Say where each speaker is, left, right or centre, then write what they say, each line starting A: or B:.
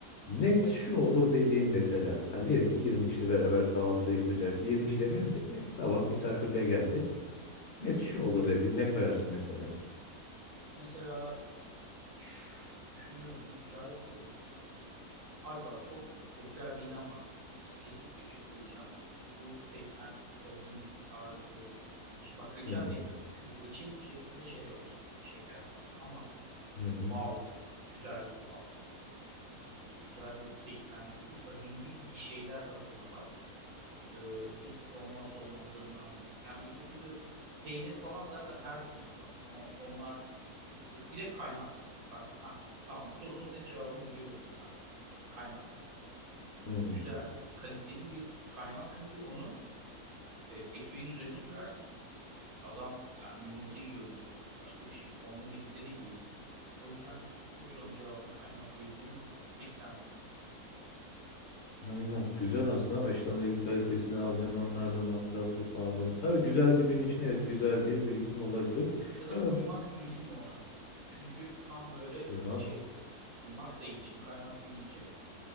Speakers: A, on the left (about 60°); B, on the right (about 80°).
A: Net
B: Evet.
A: şu olur dediğin mesela. Hani diyelim ki 20 kişiyle beraber kahvaltı yapacaksın. 20 kişi demeyelim de e, sabah misafirle geldi. Net şu olur dediğin ne koyarsın mesela?
B: Mesela şş, düşünüyorum. Güzel bir soru. Abi bak çok popüler değil ama kesinlikle bir şey söyleyeceğim. Bu pekmez, tahin tarzı. Şey, bak reçel
A: hı,
B: demiyorum. Çünkü reçelin içerisinde şey var. Şeker var. Ama
A: hı
B: işte
A: hı,
B: bal. Güzel bir bal. e, güzel bir pekmezli, tahinli bir bir şeyler hazırlamak e, kesinlikle olmazsa olmazlarımdan biridir. Yani öbür türlü peynir falan zaten her türlüsü var. O- onlar çok sır. Bir de kaymak. Bak, ha, tamam bu sorunun ne cevabını veriyorum sana. Kaymak.
A: hı hı.
B: Güzel, kaliteli bir kaymak. Çünkü onu e, ekmeğin üzerine sürersin. Adam yani yumurta yiyordur. Başka bir şey. Onunla birlikte de yiyebilir onu. O yüzden bu sorunun cevabına kaymak diyebilirim. Peki sen ne diyorsun?
A: Kaymak güzel aslında ama işte onu gidip kalitesini alacaksın. Onlar da masraflı pahalı. Tabii güzel bir gün için evet güzel bir birikim olabilir.
B: Ya da
A: Ya ben
B: kuymak diyelim mi ona? Çünkü tam böyle ka-
A: kuymak,
B: şey kuymak da iyi. Şimdi kaymak deyince